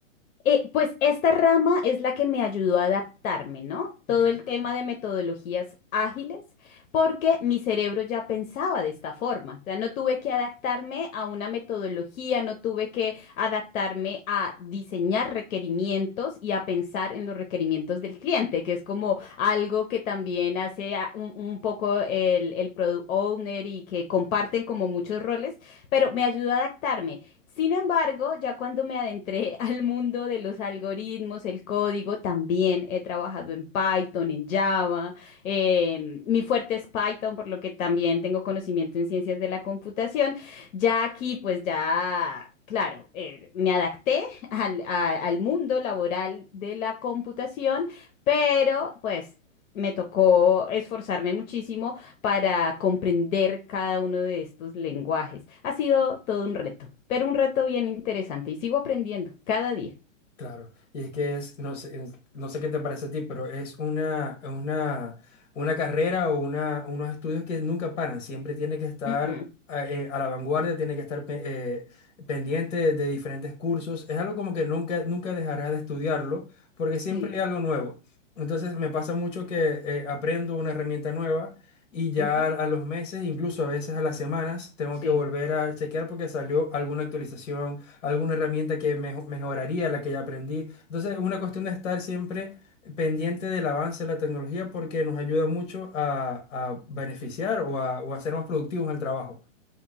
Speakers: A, on the left; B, on the left.
A: Eh, pues esta rama es la que me ayudó a adaptarme, ¿no?
B: Ok.
A: Todo el tema de metodologías ágiles, porque mi cerebro ya pensaba de esta forma. O sea, no tuve que adaptarme a una metodología, no tuve que adaptarme a diseñar requerimientos y a pensar en los requerimientos del cliente, que es como algo que también hace a- un, un poco el, el product owner y que comparten como muchos roles, pero me ayudó a adaptarme. Sin embargo, ya cuando me adentré <laughs> al mundo de los algoritmos, el código, también he trabajado en Python, en Java. em, mi fuerte es Python, por lo que también tengo conocimiento en ciencias de la computación. Ya aquí, pues ya... Claro, eh, me adapté <laughs> al, a- al mundo laboral de la computación, pero pues me tocó esforzarme muchísimo para comprender cada uno de estos lenguajes. Ha sido todo un reto, pero un reto bien interesante y sigo aprendiendo cada día.
B: Claro, y es que es, no sé, es- no sé qué te parece a ti, pero es una, una, una carrera o una, unos estudios que nunca paran, siempre tiene que estar
A: Mm, mm.
B: a, eh, a la vanguardia, tiene que estar pe- eh, pendiente de, de diferentes cursos, es algo como que nunca, nunca dejarás de estudiarlo, porque siempre
A: Sí.
B: hay algo nuevo. Entonces me pasa mucho que eh, aprendo una herramienta nueva y ya
A: Ujú.
B: a los meses, incluso a veces a las semanas, tengo
A: Sí.
B: que volver a chequear porque salió alguna actualización alguna herramienta que mejo- mejoraría la que ya aprendí. Entonces, es una cuestión de estar siempre pendiente del avance de la tecnología porque nos ayuda mucho a, a beneficiar o a, o a ser más productivos en el trabajo.